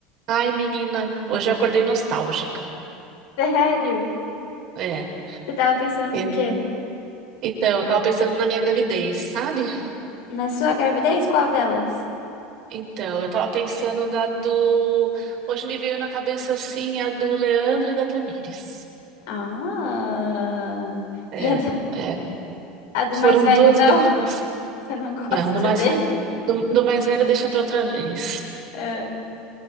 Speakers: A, on the right; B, on the left.
A: Ai, menina, hoje eu acordei nostálgica.
B: Sério?
A: É.
B: Você tava pensando
A: Eu-
B: no quê?
A: Então, eu tava pensando na minha gravidez, sabe?
B: Na sua gravidez? Qual delas?
A: Então, eu tava pensando da do. Hoje me veio na cabeça assim a do Leandro e da Tamires.
B: Ah.
A: É,
B: E a do,
A: é.
B: a do mais
A: Foram
B: velho,
A: duas
B: não.
A: gravidezes.
B: <laughs> Você não gosta
A: Não, do mais,
B: dele?
A: do, do mais velho deixa pra outra vez.
B: É.